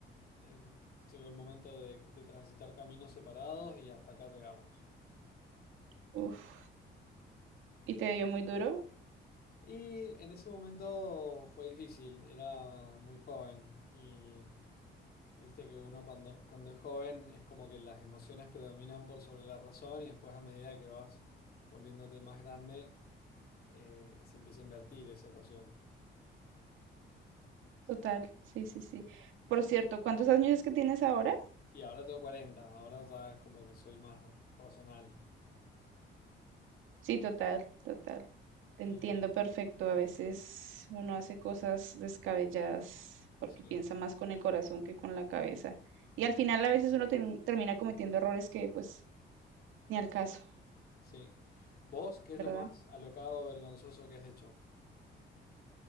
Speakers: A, on the left (about 50°); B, on the right (about 85°).
A: Eh, llegó el momento de, de transitar caminos separados y hasta acá llegamos.
B: Uf, y te dio muy duro.
A: Y en ese momento fue difícil, era muy joven y Viste que uno cuando, cuando es joven es como que las emociones predominan por sobre la razón y después a medida que vas volviéndote más grande eh, se empieza a invertir esa ecuación.
B: Total, sí, sí, sí. Por cierto, ¿cuántos años es que tienes ahora?
A: Y ahora tengo cuarenta ahora ya es como que soy más razonal.
B: Sí, total, total. Te
A: Eh,
B: entiendo perfecto. A veces uno hace cosas descabelladas porque
A: sí,
B: piensa más con el corazón que con la cabeza. Y al final a veces uno tem- termina cometiendo errores que pues ni al caso,
A: sí. ¿Vos qué es
B: ¿verdad?
A: lo más alocado vergonzoso que has hecho?